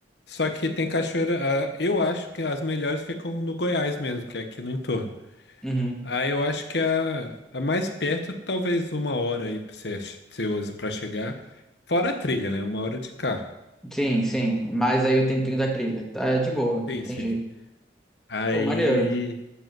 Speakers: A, on the left; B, in the centre.
A: Só que tem cachoeira, ah, eu acho que as melhores ficam no Goiás mesmo, que é aqui no entorno.
B: Uhum.
A: Ah, eu acho que a, a mais perto, talvez uma hora aí pra você, você usa pra chegar. Fora a trilha, né? Uma hora de carro.
B: Sim, sim. Mas aí o tempinho da trilha. Tá de boa,
A: Sim,
B: entendi.
A: sim. Aí.
B: Pô, maneiro.